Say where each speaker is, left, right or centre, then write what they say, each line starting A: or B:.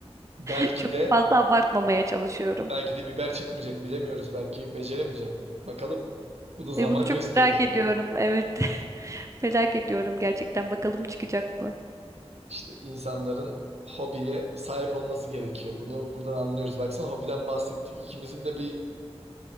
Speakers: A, on the right; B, on the right.
A: Belki
B: <laughs> Çok
A: de
B: fazla abartmamaya çalışıyorum.
A: belki de biber çıkmayacak bilemiyoruz. Belki beceremeyeceğim. Bakalım. Bunu zaman
B: Ve bunu çok
A: gösterecek.
B: merak ediyorum. Evet. <laughs> Merak ediyorum gerçekten. Bakalım çıkacak mı?
A: İşte insanların hobiye sahip olması gerekiyor. Bunu buradan anlıyoruz. Baksana hobiden bahsettik. İkimizin de bir